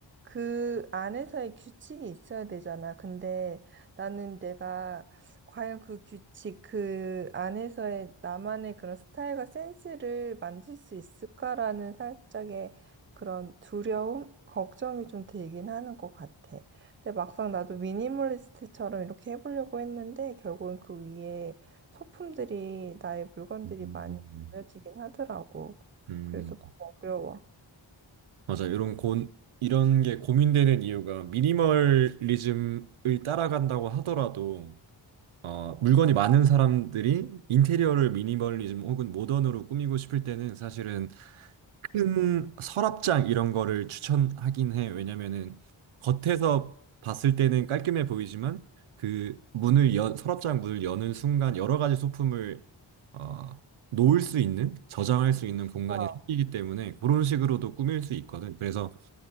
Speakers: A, on the right; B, on the right.
A: 그 안에서의 규칙이 있어야 되잖아. 근데 나는 내가 과연 그 규칙, 그 안에서의 나만의 그런 스타일과 센스를 만들 수 있을까라는 살짝의 그런 두려움, 걱정이 좀 들긴 하는 것 같아. 근데 막상 나도 미니멀리스트처럼 이렇게 해보려고 했는데 결국은 그 위에 소품들이 나의 물건들이
B: 음.
A: 많이 놓여지긴 하더라고.
B: 음.
A: 그래서 너무 어려워.
B: 맞아. 이런 고, 이런 게 고민되는 이유가 미니멀리즘을 따라간다고 하더라도 어, 물건이 많은 사람들이 인테리어를 미니멀리즘 혹은 모던으로 꾸미고 싶을 때는 사실은 큰 서랍장 이런 거를 추천하긴 해. 왜냐면은 겉에서 봤을 때는 깔끔해 보이지만 그 문을 연, 서랍장 문을 여는 순간 여러 가지 소품을 어, 놓을 수 있는, 저장할 수 있는 공간이
A: 와.
B: 생기기 때문에 그런 식으로도 꾸밀 수 있거든. 그래서